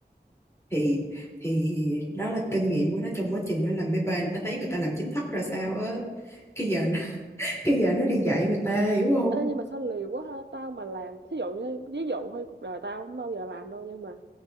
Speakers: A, on the left; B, on the right.
A: thì thì đó là kinh nghiệm của nó trong quá trình nó làm bê bê, nó thấy người ta làm chính thất ra sao á cái giờ nó, <laughs> cái giờ nó đi dạy người ta hiểu không
B: Ê, nhưng mà sao liều quá ha tao mà làm thí dụ như ví dụ thôi cuộc đời tao không bao giờ làm đâu nhưng mà